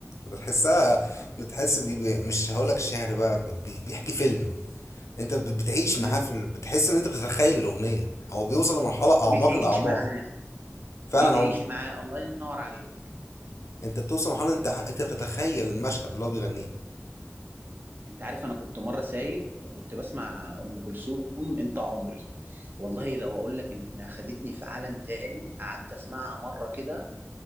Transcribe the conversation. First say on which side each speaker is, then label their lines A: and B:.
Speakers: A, on the left; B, on the right.
A: بتحسها
B: اه
A: بتحس بي بي- مش هقولك شعر بقى بي بيحكي فيلم انت بت- بتعيش
B: امم
A: معاه في ال- بتحس ان انت بتتخيل الاغنيه هو بيوصل لمرحله اعماق
B: بتعيش
A: الاعماق
B: معاه
A: فعلا
B: بتعيش
A: عم
B: معاه الله ينور عليك
A: انت بتوصل لمرحله انت ع- انت بتتخيل المشهد اللي هو بيغنيه
B: انت عارف انا كنت مره سايق وكنت بسمع ام كلثوم انت عمري والله لو اقول لك انها خدتني في عالم تاني قعدت اسمعها مره كده